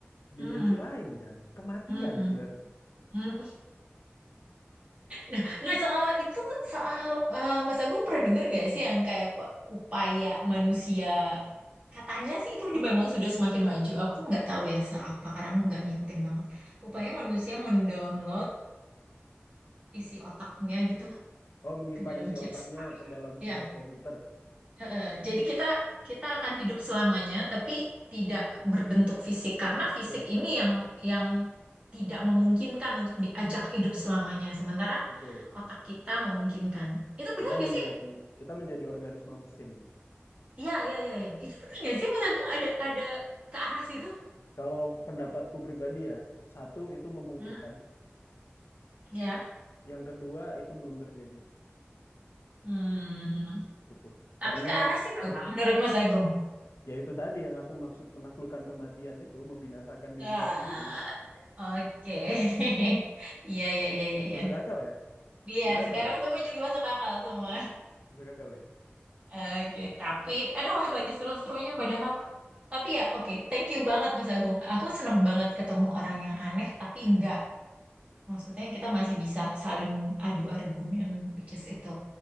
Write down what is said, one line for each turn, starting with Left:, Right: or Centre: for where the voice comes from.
Left: dimensi
Right: hmm,
Left: lain kan kematian
Right: hmm, hmm,
Left: berarti
Right: hmm. Nah, nah soal itu, soal eh, Mas Agung pernah dengar nggak sih yang kayak pe- upaya manusia katanya sih itu di- memang sudah semakin maju. Aku nggak tahu ya seapa karena aku nggak ngikutin banget. Upaya
Left: apa tuh
Right: manusia mendownload isi otaknya gitu
Left: oh menyimpan
Right: ke dalam
Left: isi
Right: chips.
Left: otaknya ke dalam sebuah
Right: Ya,
Left: komputer
Right: heeh. Jadi kita kita akan hidup selamanya tapi tidak berbentuk fisik karena fisik
Left: Iya
Right: ini yang yang tidak memungkinkan untuk diajak hidup selamanya. Sementara
Left: betul
Right: otak kita memungkinkan. Itu benar
Left: kita
Right: nggak
Left: menjadi
Right: sih?
Left: kita menjadi organisme mesin
Right: Iya, iya, iya, iya. Itu bener nggak sih Pentagon ada ada ke arah situ?
Left: kalau pendapatku pribadi ya satu itu memungkinkan
Right: Hmm, ya.
Left: yang kedua itu belum terjadi
Right: Hmm.
Left: gitu
Right: Tapi
Left: karena
Right: ke arah situ menurut Mas Agung.
Left: ya itu tadi yang aku maksud menaklukkan kematian itu membinasakan dirinya
Right: Ah,
Left: sendiri
Right: oke. <laughs> Iya, iya, iya, iya, iya.
Left: masuk akal ya
Right: Iya,
Left: masuk akal
Right: sekarang
Left: ya
Right: semua jadi masuk akal semua.
Left: masuk akal ya
Right: Oke, tapi aduh lagi seru-serunya padahal. Tapi ya, oke, Thank you banget Mas Agung. Aku seneng banget ketemu orang yang aneh, tapi enggak. Maksudnya kita masih bisa saling adu argumen, which is itu